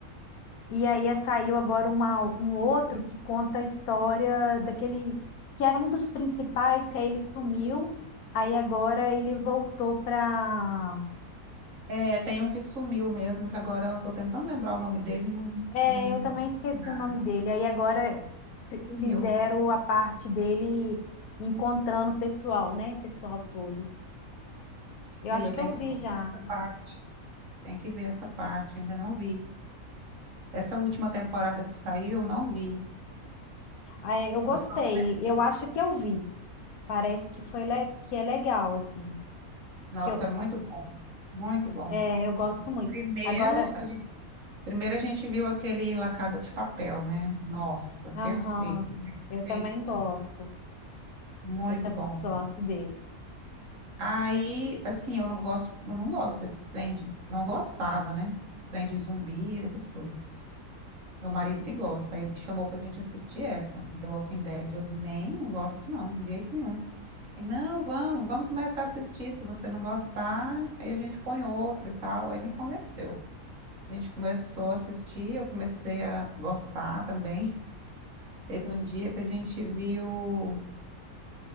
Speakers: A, on the left; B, on the right.
A: E aí é- saiu agora uma- um outro que conta a história daquele que era um dos principais, que aí ele sumiu, aí agora ele voltou para
B: É, tem um que sumiu mesmo, que agora eu estou tentando lembrar o nome dele, não,
A: É,
B: não,
A: eu também esqueci
B: nada.
A: o nome dele. Aí agora fi-
B: Sumiu.
A: fizeram a parte dele encontrando o pessoal, né? Pessoal todo. Eu
B: Aí
A: acho
B: eu
A: que
B: tenho
A: eu
B: que
A: vi
B: ver
A: já.
B: essa parte. Tem que ver essa parte, ainda não vi. Essa última temporada que saiu, eu não vi.
A: Ah, é, eu gostei.
B: Eu só comecei.
A: Eu acho que eu vi. Parece que foi le- que é legal assim.
B: Nossa,
A: Que eu,
B: é muito bom. Muito bom.
A: é, eu gosto muito.
B: Primeiro,
A: Agora,
B: a gente Primeiro a gente viu aquele La Casa de Papel, né? Nossa,
A: aham,
B: perfeito,
A: eu
B: perfeito.
A: também gosto.
B: Muito
A: Eu também
B: bom.
A: gosto dele.
B: Aí, assim, eu não gosto, eu não gosto desses trem de- não gostava, né? Esses trem de zumbi, essas coisas. Meu marido que gosta, ele chamou pra gente assistir essa, The Walking Dead. Eu nem não gosto, não, de jeito nenhum. Ele, não, vamos, vamos começar a assistir. Se você não gostar, aí a gente põe outra e tal. Aí me convenceu. A gente começou a assistir, eu comecei a gostar também. Teve um dia que a gente viu.